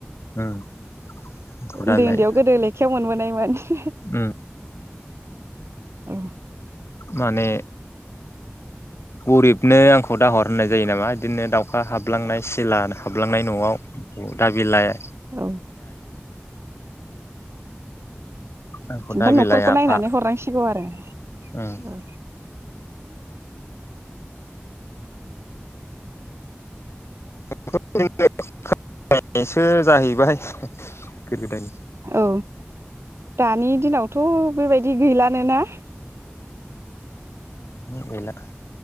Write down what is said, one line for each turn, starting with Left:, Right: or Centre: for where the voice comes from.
Left: उम आंखौ
Right: उन्दै
Left: दालाय
Right: उन्दैयाव गोदो लेखायाव मोनबोनाय <unintelligible>
Left: उम
Right: ओ।
Left: माने गरिबनो आंखौ दाहर होननाय जायो नामा इदिनो दाउखा हाबलांनाय सिला हाबलांनाय न'आव दा बिलाइ
Right: औ
Left: आंखौ
Right: उम
Left: दा
Right: बा
Left: बिलाइ
Right: न'खरखौ
Left: आफा
Right: नायनानै हरनांसिगौ आरो
Left: उम
Right: ओ
Left: <unintelligible> सो जाहैबाय गो गोदाय
Right: औ दानि दिनाव थ बेबायदि गैलानोना?
Left: गैला